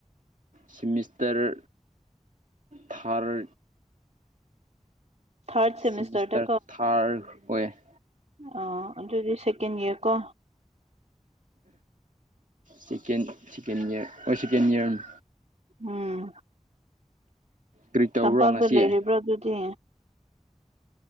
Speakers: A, on the right; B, on the right.
A: ꯁꯤꯃꯤꯁꯇꯔ ꯊꯥꯔ
B: ꯊꯥꯔꯠ ꯁꯦꯃꯤꯁꯇꯔꯗ
A: ꯁꯤꯃꯤꯁꯇꯔ ꯊꯥꯔ ꯑꯣꯏꯌꯦ ꯫
B: ꯑꯥ ꯑꯗꯨꯗꯤ ꯁꯦꯀꯦꯟ ꯏꯌꯥꯔ ꯀꯣ꯫
A: ꯁꯦꯀꯦꯟ ꯁꯦꯀꯦꯟ ꯏꯌꯥꯔ ꯍꯣꯏ ꯁꯦꯀꯦꯟ ꯏꯌꯥꯔꯅꯤ꯫
B: ꯎꯝ
A: ꯀꯔꯤ ꯇꯧꯕ꯭ꯔꯣ
B: ꯇꯝꯄꯥꯛꯇ
A: ꯉꯁꯤ
B: ꯂꯩꯔꯤꯕ꯭ꯔꯥ ꯑꯗꯨꯗꯤ?